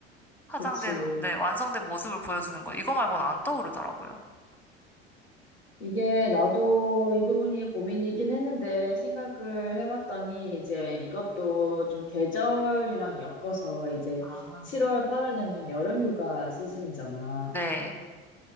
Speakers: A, in the centre; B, on the left (about 80°).
A: 화장된,
B: 그치.
A: 네, 완성된 모습을 보여주는 거, 이거 말고는 안 떠오르더라고요.
B: 이게 나도 이 부분이 고민이긴 했는데 생각을 해봤더니 이제 이것도 좀 계절이랑 엮어서 이제
A: 아,
B: 7월, 8월 되면 여름휴가 시즌이잖아.
A: 네,